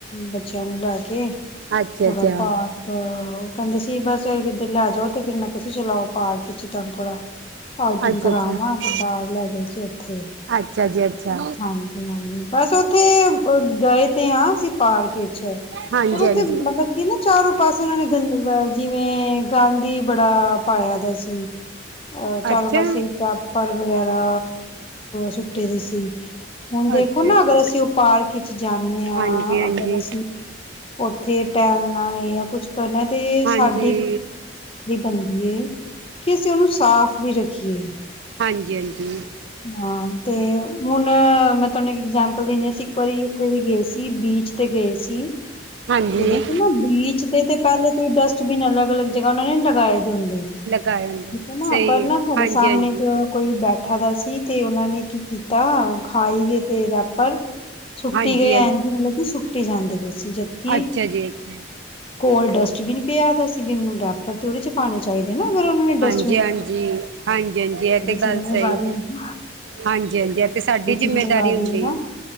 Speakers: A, on the left; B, on the right.
A: ਬੱਚਿਆਂ ਨੂੰ ਲੈ ਕੇ
B: ਅੱਛਾ-ਅੱਛਾ,
A: ਥੋੜਾ ਭਾਰ ਆਹ ਕਹਿੰਦੇ ਸੀ ਬਸ ਕਿੱਧਰ ਲੈ ਜਾਓ ਤੇ ਫਿਰ ਮੈਂ ਕਿਸ ਚਲਾਓ ਪਾਰਕ ਚ ਤੁਹਾਨੂੰ ਥੋੜਾ ਆਊਟਿੰਗ
B: ਅੱਛਾ-ਅੱਛਾ,
A: ਕਰਾਵਾਂ
B: ਅੱਛਾ ਅੱਛਾ,
A: ਤੇ ਬਾਹਰ ਲੈ ਗਏ ਸੀ ਉੱਥੇ
B: ਅੱਛਾ ਜੀ ਅੱਛਾ।
A: ਹਾਂਜੀ ਬਸ ਉੱਥੇ ਗਏ ਤੇ ਆਸੀਂ ਪਾਰਕ ਵਿਚ
B: ਹਾਂਜੀ-ਹਾਂਜੀ,
A: ਪਰ ਉਹ ਤੇੇ ਮਤਲਬ ਇਹ ਨਾ ਚਾਰੋਂ ਪਾਸੇ ਉਹਨਾਂ ਨੇ ਗੰਦ ਜਿਵੇਂ ਗੰਦ ਬੜਾ ਪਾਇਆ ਦਾ ਸੀ ਅ ਚਾਰੋ
B: ਅੱਛਾ,
A: ਪਾਸੇ ਰੈਪਰ ਵਗੈਰਾ ਸੁੱਟੇ ਦੇ ਸੀ ਹੁਣ ਦੇਖੋ
B: ਅੱਛਾ
A: ਨਾ ਅਗਰ
B: ਜੀ,
A: ਅਸੀਂ ਉਹ ਪਾਰਕ ਚ ਜਾਂਦੇ ਆ
B: ਹਾਂਜੀ-ਹਾਂਜੀ।
A: ਅਗਰ ਅਸੀਂ ਉੱਥੇ ਟਹਿਲਣਾ ਏ ਜਾਂ ਕੁਛ ਕਰਨਾ ਤੇ
B: ਹਾਂਜੀ,
A: ਸਾਡੀ। ਦੀ ਬਣਦੀ ਏ ਕਿ ਅਸੀਂ ਉਹਨੂੰ ਸਾਫ਼ ਵੀ ਰੱਖੀਏ।
B: ਹਾਂਜੀ, ਹਾਂਜੀ।
A: ਹਾਂ, ਤੇ ਹੁਣ ਮੈਂ ਤੁਹਾਨੂੰ ਇੱਕ ਇਗਜੈਮਪਲ ਦਿੰਨੀ ਆ ਅਸੀਂ ਇੱਕ ਵਾਰੀ ਉੱਥੇ ਵੀ ਗਏ ਸੀ। ਬੀਚ ਤੇ ਗਏ ਸੀ।
B: ਹਾਂਜੀ
A: ਤੇ ਦੇਖੋ ਨਾ ਬੀਚ ਤੇ ਤੇ ਪਹਿਲੇ ਤੋਂ ਡਸਟਬਿਨ ਅਲੱਗ ਅਲੱਗ ਜਗ੍ਹਾ ਉਹਨਾਂ ਨੇ ਲਗਾਏ ਦੇ ਹੁੰਦੇ ਨੇ।
B: ਲਗਾਏ ਹੁੰਦੇ
A: ਠੀਕ
B: ਨੇ।
A: ਨਾ
B: ਸਹੀ
A: ਪਰ ਨਾ
B: ਹੈ
A: ਸਾਡੇ
B: ਹਾਂਜੀ
A: ਸਾਹਮਣੇ ਇਕ।
B: ਹਾਂਜੀ
A: ਕੋਈ ਬੈਠਾ ਦਾ ਸੀ ਤੇ ਉਹਨਾਂ ਨੇ ਕੀ ਕੀਤਾ ਖਾਈ ਗਏ ਤੇ ਰੈਪਰ। ਸੁੱਟੀ
B: ਹਾਂਜੀ
A: ਗਏ
B: ਹਾਂਜੀ
A: ਐਝ ਮਤਲਬ ਕਿ ਸੁੱਟੀ ਜਾਂਦੇ ਪਏ ਸੀ। ਜਦਕਿ
B: ਅੱਛਾ ਜੀ, ਅੱਛਾ।
A: ਕੋਲ ਡਸਟਬਿਨ ਪਿਆ ਦਾ ਸੀ ਬਿਨ ਹੁਣ ਰੈਪਰ ਤੇਉਹਨਾਂ ਨੂੰ ਉਹਦੇ ਚ ਪਾਣੇ ਚਾਹੀਦੇ ਨਾ ਅਗਰ ਉਹਨਾਂ ਨੇ ਡਸ।
B: ਜੀ ਹਾਂ ਜੀ, ਹਾਂਜੀ, ਹਾਂਜੀ, ਹਾਂਜੀ ਇਹ ਤੇ ਗੱਲ
A: ਜਿੰਮੇਵਾਰੀ
B: ਸਹੀ ਆ।
A: ਇਹ
B: ਹਾਂਜੀ ਹਾਂਜੀ ਇਹ ਤੇ ਸਾਡੀ ਜਿੰਮੇਦਾਰੀ
A: ਜਿੰਮੇਵਾਰੀ
B: ਹੁੰਦੀ
A: ਹੈ ਨਾ
B: ਏ।